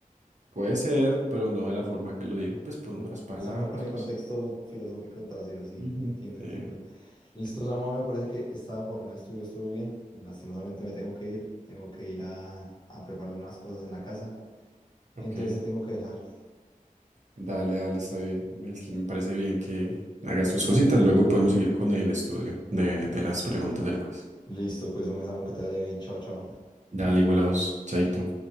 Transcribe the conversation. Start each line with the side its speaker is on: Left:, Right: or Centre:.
Right: Puede ser, pero no de la forma que lo dijo, pues por
Left: No,
Right: otras palabras,
Left: sino con el
Right: no
Left: contexto
Right: sé.
Left: filosófico trasero, sí,
Right: Ujú.
Left: entiendo,
Right: Eh,
Left: entiendo. Listo,
Right: eh,
Left: Samuel, me parece que esta jornada de estudio estuvo bien. Lastimosamente me tengo que ir, tengo que ir a, a preparar unas cosas en la casa.
Right: ok,
Left: Entonces te tengo que dejar.
Right: dale, dale, está bien. Melkin, me parece bien que hagas tus cositas. Luego podemos seguir con el estudio de, de las preguntas del quiz.
Left: Listo, pues un besamo que te vaya bien. Chao, chao.
Right: Dale, igual a vos, Chaito.